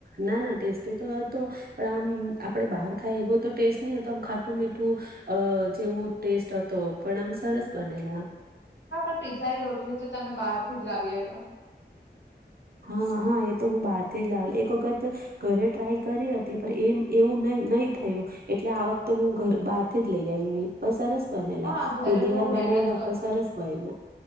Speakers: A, on the right (about 55°); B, on the left (about 80°).
A: ના ના ટેસ્ટી તો તો પણ આમ આપડે બહાર ખાઈ એવો તો ટેસ્ટ નહી હતો આમ ખાટું મીઠું અ જેવું ટેસ્ટ હતો. પણ આમ સરસ બનેલા આમ.
B: હા પણ પીઝા ની રોટલી તો તમે બહાર થી જ લાવીએ.
A: હા હા એ તો હું બાર લાવે એક વખત ઘરે ટ્રાય કરી હતી. પણ એ એવું નહી થયું એટલે આ વખતે હું ઘર બહાર જ લઈ આવી. પણ સરસ બનાલા
B: હા ઘરે
A: પેલી
B: બહુ
A: વાર
B: મહેનત
A: બનાવી બાપ સરસ બયલા